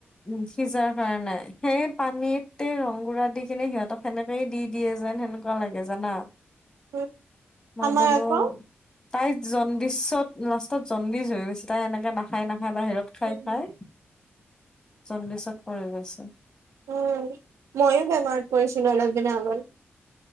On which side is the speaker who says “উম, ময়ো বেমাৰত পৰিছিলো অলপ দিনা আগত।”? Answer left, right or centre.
Right